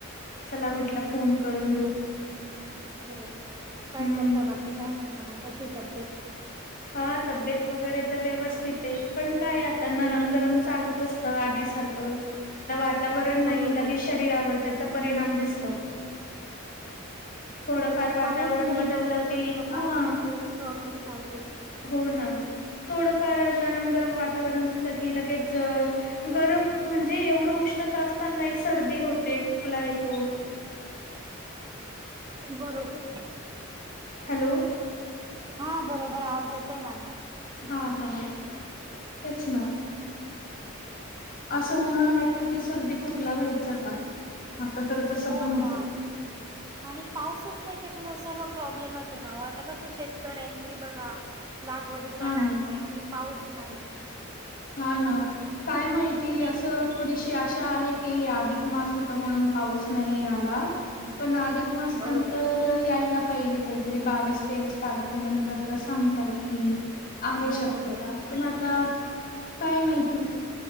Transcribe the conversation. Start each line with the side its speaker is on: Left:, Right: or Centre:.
Left: चला म्हटलं फोन करून देऊ.
Right: हो काय
Left: हम्म
Right: करता, बाकी काय म्हणता कशी तब्येत?
Left: हा तब्येत वगैरे तर व्यवस्थित आहे. पण काय आता नरम गरम. चालूच असत आधी सारखं. तर वातावरण
Right: बरोबर.
Left: नाही लगेच शरीरावर त्याचा परिणाम दिस दिसतो. थोडंफार वातावरण
Right: पाऊस नाही
Left: बदललं
Right: ना,
Left: की
Right: सर्व
Left: हा
Right: पावसामुळेच प्रॉब्लेम चालू. आहेत.
Left: हो ना थोडफार गरम गरम वातावरण झालं की लगेच.
Right: बरोबर.
Left: गरम म्हणजे एवढं? उष्ण असताना सर्दी होते, खोकला येतो.
Right: बरोबर
Left: हॅलो?
Right: हा बरोबर आज ये येतोय मला
Left: हा हा तेच ना. असं उन्हाळ्यात कधी सर्दी खोकला व्हायचा का? आता तर तसं
Right: हो,
Left: पण होतं.
Right: ना आणि पाऊसच नाही. त्याच्यामुळे सर्व प्रॉब्लेम आहे ना आता कस शेती शेतकऱ्यांची बघा लागवडीचा
Left: हा
Right: टाइम
Left: ना
Right: आहे आणि पाऊस नाही.
Left: हा ना काय माहिती
Right: नेम
Left: असं थोडीशी आशा आहे की अधिक मास होत म्हणून पाऊस नाही आला. पण अधिक मास नंतर
Right: बरोबर
Left: यायला पाहिजेत. काहीतरी बावीस तेवीस तारखेनंतर तर सांगतायेत की आहे शक्यता
Right: बरोबर.
Left: पण आता काय माहिती?